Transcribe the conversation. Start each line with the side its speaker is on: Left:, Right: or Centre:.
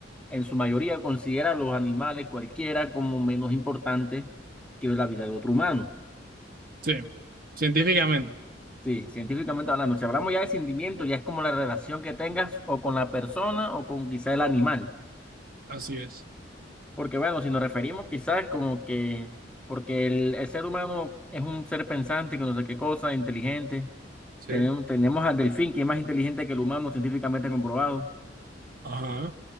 Centre: en su mayoría, considera a los animales cualquiera como menos importante que la vida de otro humano.
Right: Sí, científicamente,
Centre: Sí, científicamente hablando, si hablamos ya de sentimiento, ya es como la relación que tengas o con la persona o con quizá el animal.
Right: así es.
Centre: Porque bueno, si nos referimos quizás como que, porque el, el ser humano es un ser pensante, que no sé qué cosa, inteligente.
Right: Sí.
Centre: Tenemos, tenemos al delfín, que es más inteligente que el humano, científicamente comprobado.
Right: Ajá.